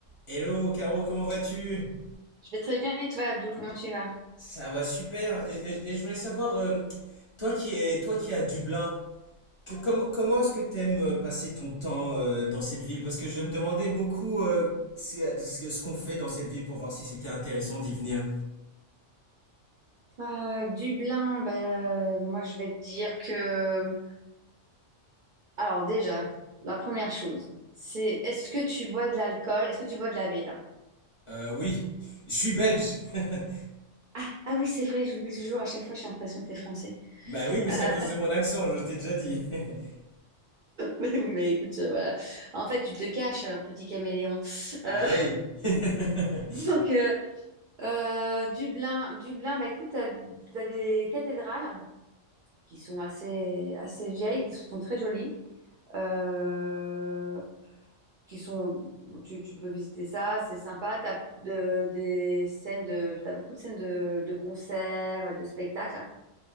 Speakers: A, on the left; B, on the right.
A: Hello Caro, comment vas-tu?
B: Je vais très bien et toi, Abdoul, comment tu vas?
A: Ça va super. Et, et- et je voulais savoir, euh, toi qui es, toi qui es à Dublin, que- com- comment est-ce que t'aimes euh, passer ton temps euh, dans cette ville? Parce que je me demandais beaucoup euh, ce, ce- ce qu'on fait dans cette ville pour voir si c'était intéressant d'y venir.
B: Euh, Dublin, bah, moi je vais te dire que... Alors déjà, la première chose, c'est est-ce que tu bois de l'alcool? Est-ce que tu bois de la bière?
A: Euh, oui, <laughs> je suis belge. <laughs>
B: Ah, ah oui, c'est vrai, j'oublie toujours, à chaque fois j'ai l'impression que t'es français.
A: Bah oui, mais
B: Euh,
A: c'est
B: <laughs>
A: à cause de mon accent, je t'ai déjà dit. <laughs>
B: mais oui, bah écoute, euh, voilà. En fait, tu te caches, euh, petit caméléon.
A: Ah
B: Euh,
A: oui. <laughs>
B: <laughs> donc, euh, euh, Dublin, Dublin, bah écoute, t'as, t'as des cathédrales qui sont assez, assez vieilles, qui sont très jolies. Euh, qui sont, tu, tu peux visiter ça, c'est sympa. T'as de- des scènes de, t'as beaucoup de scènes de, de concerts, de spectacles.